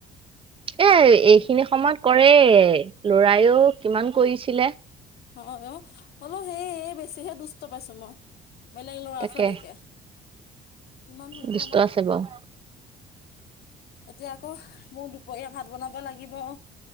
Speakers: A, on the right; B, on the left.
A: এ এইখিনি সময়ত কৰে লৰাইয়ও কিমান কৰিছিলে।
B: অ', অ' হলও সেই বেছিহে দুষ্ট পাইছো মই। বেলেগ লৰা
A: তাকে
B: ছোৱালীকে ইমান হেৰি
A: দুষ্ট
B: পোৱা নাই।
A: আছে বাৰু
B: এতিয়া আকৌ মোৰ দুপৰীয়া ভাত বনাব লাগিব।